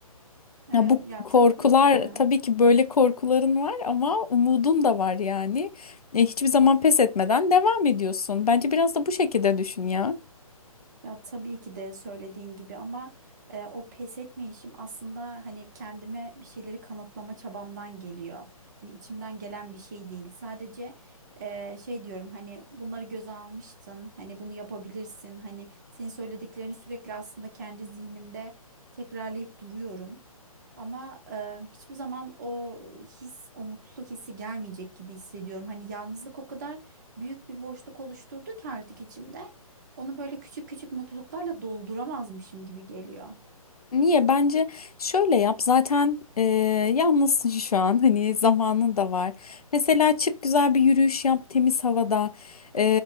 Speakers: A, on the right; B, on the left.
A: E,
B: Ya bu
A: ya
B: korkular
A: tabii ki de.
B: tabii ki böyle korkuların var ama umudun da var yani. E, hiçbir zaman pes etmeden devam ediyorsun. Bence biraz da bu şekilde düşün ya.
A: Ya tabii ki de söylediğin gibi ama e, o pes etme aslında hani kendime bir şeyleri kanıtlama çabamdan geliyor. Hani içimden gelen bir şey değil. Sadece e, şey diyorum hani bunları göze almıştın. Hani bunu yapabilirsin. Hani senin söylediklerini sürekli aslında kendi zihnimde tekrarlayıp duruyorum. Ama e, hiçbir zaman o his, o mutluluk hissi gelmeyecek gibi hissediyorum. Hani yalnızlık o kadar büyük bir boşluk oluşturdu ki artık içimde. Onu böyle küçük küçük mutluluklarla dolduramazmışım gibi geliyor.
B: Niye? Bence şöyle yap. Zaten e, yalnızsın şu an. <laughs> Hani zamanın da var. Mesela çık güzel bir yürüyüş yap temiz havada. E,